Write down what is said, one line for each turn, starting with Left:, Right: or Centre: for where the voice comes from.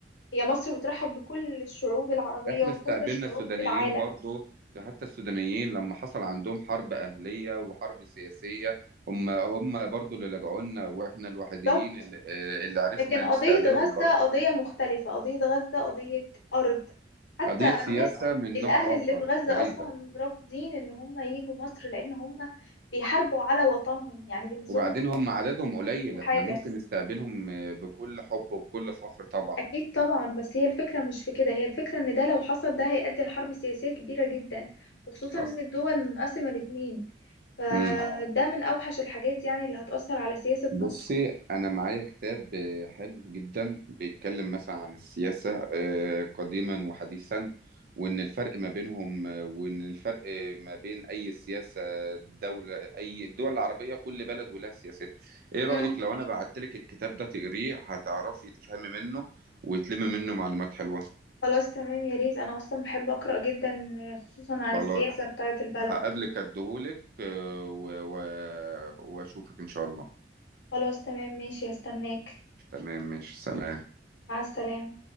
Left: هي مصر بترحب بكل الشعوب العربية
Right: احنا
Left: وكل
Right: استقبلنا
Left: الشعوب
Right: السودانيين
Left: في العالم
Right: برضو حتى السودانيين لما حصل عندهم حرب اهليه وحرب سياسيه هم هم برضو اللي لجعوا لنا واحنا الوحيدين
Left: بالظبط
Right: اللي, آه، اللي عرفنا
Left: لكن قضية
Right: نستقبلهم
Left: غزة
Right: برضو
Left: قضية مختلفة قضية غزة قضية أرض حتى
Right: قضية سياسة
Left: الناس
Right: من
Left: الأهل
Right: نوع
Left: اللي
Right: آخر
Left: في غزة
Right: فريدة
Left: أصلا رافضين إن هم ييجوا مصر لأن هم بيحاربوا على وطنهم يعني بالنسبة
Right: وبعدين
Left: لهم الوطن
Right: هم عددهم قليل
Left: كل حاجة
Right: احنا ممكن نستقبلهم آه، بكل حب وبكل فخر طبعا
Left: أكيد طبعا بس هي الفكرة مش في كده هي الفكرة إن ده لو حصل ده هيؤدي لحرب سياسية كبيرة جدا وخصوصا
Right: حصل
Left: إن الدول منقسمة الاتنين فده
Right: مم.
Left: من أوحش الحاجات يعني اللي هتأثر على سياسة
Right: بصي
Left: مصر
Right: أنا معايا كتاب آه، حلو جدا بيتكلم مثلا عن السياسة آه، قديما وحديثا وإن الفرق ما بينهم آه، وإن الفرق ما بين أي سياسة دولة أي الدول العربية كل بلد ولها سياستها إيه رأيك
Left: مم.
Right: لو أنا بعتلك الكتاب ده تقريه هتعرفي تفهمي منه وتلمي منه معلومات حلوة
Left: خلاص تمام يا ريت أنا أصلا بحب أقرأ جدا خصوصا عن
Right: خلاص
Left: السياسة بتاعة البلد
Right: هقابلك اديهولك آه، و... و... واشوفك ان شاء الله
Left: خلاص تمام ماشي هستناك
Right: تمام مش سلام
Left: مع السلامة